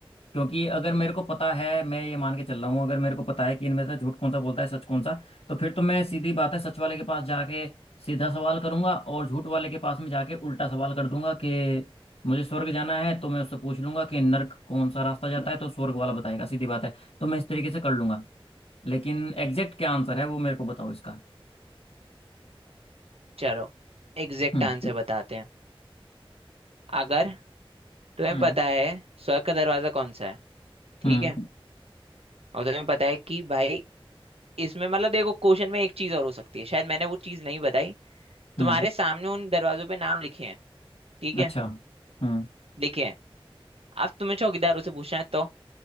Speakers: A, on the left; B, on the right.
A: क्योंकि अगर मेरे को पता है मैं ये मान के चल रहा हूँ अगर मेरे को पता है कि इनमें से झूठ कौन सा बोलता है सच कौन सा तो फिर तो मैं सीधी बात है सच वाले के पास जाके सीधा सवाल करूंगा और झूठ वाले के पास में जाके उल्टा सवाल कर दूंगा कि मुझे स्वर्ग जाना है तो मैं उससे पूछ लूंगा कि नर्क कौन सा रास्ता जाता है तो स्वर्ग वाला बताएगा सीधी बात है तो मैं इस तरीके से कर लूंगा लेकिन एग्जैक्ट क्या आंसर है वो मेरे को बताओ इसका
B: चलो एग्जैक्ट
A: हम्म
B: आंसर बताते हैं अगर तुम्हें
A: हम्म
B: पता है स्वर्ग का दरवाजा कौन सा है ठीक
A: हम्म
B: है और तुम्हें पता है कि भाई इसमें मतलब देखो क्वेश्चन में एक चीज और हो सकती है शायद मैंने वो चीज नहीं बताई
A: हम्म
B: तुम्हारे सामने उन दरवाजों पे नाम लिखे हैं ठीक
A: अच्छा
B: है
A: हम्म
B: लिखे हैं अब तुम्हें चौकीदारों से पूछना है तो